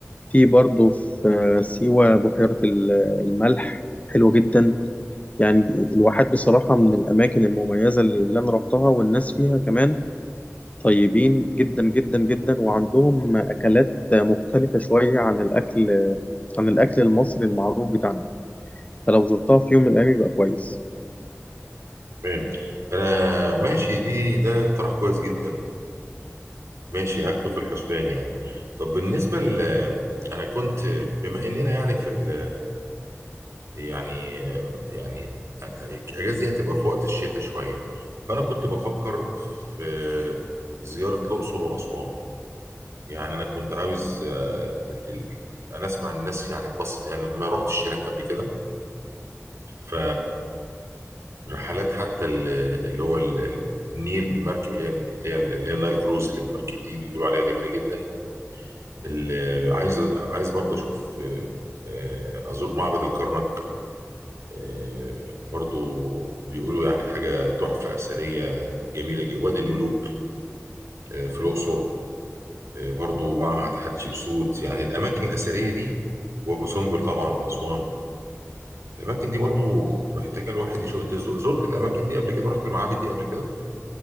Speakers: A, on the left; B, on the right.
A: في برضه في سيوة بحيرة ال- الملح حلوة جدا يعني الواحات بصراحة من الأماكن المميزة اللي اللي أنا رحتها والناس فيها كمان طيبين جدا جدا جدا وعندهم أكلات مختلفة شوية عن الأكل عن الأكل المصري المعروف بتاعنا فلو زرتها في يوم من الأيام يبقى كويس
B: تمام انا ماشي دي ده اقتراح كويس جدا ماشي هاخده في الحسبان يعني طب بالنسبة ل انا كنت بما اننا يعني في ال... يعني يعني الاجازة دي هتبقى في وقت الشتاء شوية فانا كنت بفكر في زيارة الاقصر واسوان يعني انا كنت عاوز آه، ال... ال... انا اسمع الناس يعني اتبسط يعني ما رحتش هناك قبل كده ف رحلات حتى ال- اللي هو ال- ال- النيل بالمركب اللي هي اللي هي اللي هي نايل كروز اللي بالمركب دي بيقولوا عليها جميله جدا اللي عايز عايز برضه اشوف آه، آه، ازور معبد الكرنك آه، برضه بيقولوا يعني حاجه تحفه اثريه جميله جدا وادي الملوك آه، في الاقصر آه، برضو معهد حتشبسوت يعني الأماكن الأثرية دي وأبو سمبل طبعا في أسوان الأماكن دي برضو محتاجة الواحد يشوف أنت زو- زرت الأماكن دي قبل كده رحت المعابد دي قبل كده؟